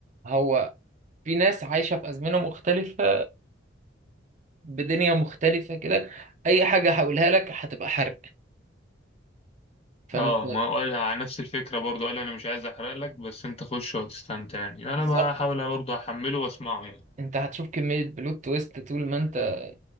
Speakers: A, on the right; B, on the left.
A: هو في ناس عايشة في أزمنة مختلفة بدنيا مختلفة كده أي حاجة هقولها لك هتبقى حرق فأنت
B: اه ما هو قال على نفس الفكرة برضو قال انا مش عايز احرق لك بس انت خش وتستمتع يعني انا
A: بالظبط
B: بحاول برضو احمله واسمعه يعني
A: أنت هتشوف كمية بلوت تويست طول ما أنت